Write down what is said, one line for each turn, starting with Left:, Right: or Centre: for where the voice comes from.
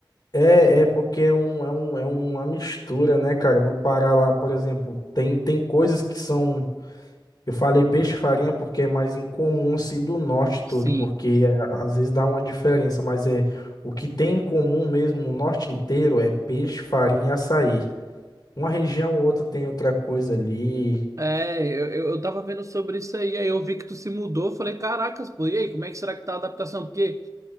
Left: é, é porque é, um, é, um, é uma mistura, né, cara? No Pará lá, por exemplo, tem, tem coisas que são Eu falei peixe e farinha porque é mais incomum assim do norte
Right: Sim.
Left: todo, porque é, às vezes dá uma diferença, mas é o que tem em comum mesmo no norte inteiro é peixe, farinha e açaí. Uma região ou outra tem outra coisa ali.
Right: É, eu, eu eu tava vendo sobre isso aí, aí eu vi que tu se mudou, eu falei, caracas, pô, e aí, como é que será que tá a adaptação? Porque,